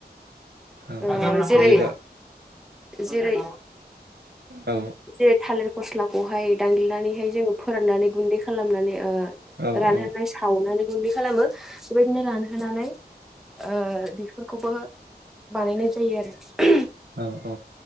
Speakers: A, on the right; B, in the centre.
A: औ
B: ओ
A: औ
B: जेरै
A: जेबो
B: जेरै
A: औ
B: जेरै थालिर फस्ला खौहाय दानग्लिनानैहाय जोङो फोराननानै गुन्दै खालामनानै ओ
A: औ
B: रानहोनानै
A: औ
B: सावनानै गुन्दै खालामो बेबायदिनो रानहोनानै ओ खौबो बानायनाय जायो आरो
A: औ औ